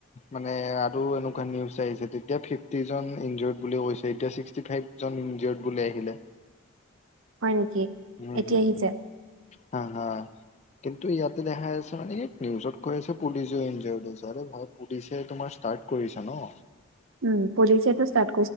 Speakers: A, on the left; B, on the right.
A: মানে আৰু এনেকুৱা নিউজ আহিছে তেতিয়া ফিফটি জন ইঞ্জৰ্ত বুলি কৈছে এতিয়া ছিক্সটি ফাইভ। ইজড বুলি আহিলে।
B: হয় নেকি।
A: উম
B: এতিয়া
A: হম
B: আহিছে
A: হা হা। কিন্তু ইয়াতে দেখা আছে মানে নিউজত কৈ আছে পুলিচে ইঞ্জৰত হৈ আছে। পুলিচে তোমাৰ ষ্টাৰ্ট কৰিছা ন।
B: উম পুলিচেটো ষ্টাৰ্।